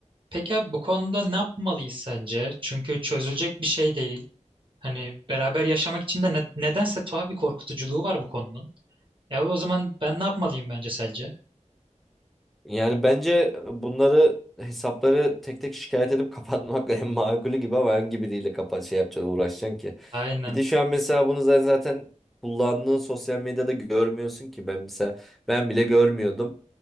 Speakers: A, on the right; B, in the centre.
A: Peki abi bu konuda ne yapmalıyız sence? Çünkü çözülecek bir şey değil. Hani beraber yaşamak için de ne- nedense tuhaf bir korkutuculuğu var bu konunun. E o zaman ben ne yapmalıyım bence sence?
B: Yani bence e, bunları hesapları tek tek şikayet edip kapatmak <laughs> en makulü gibi ama hangi biriyle kapat şey yapacaksın uğraşacaksın ki.
A: Aynen.
B: Bir de şu an mesela bunu zaten zaten kullandığın sosyal medyada görmüyorsun ki ben mesela ben bile görmüyordum.